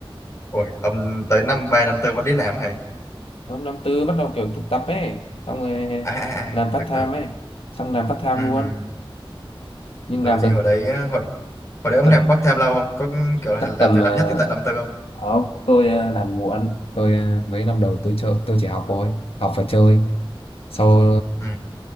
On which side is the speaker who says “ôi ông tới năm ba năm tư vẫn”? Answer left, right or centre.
Left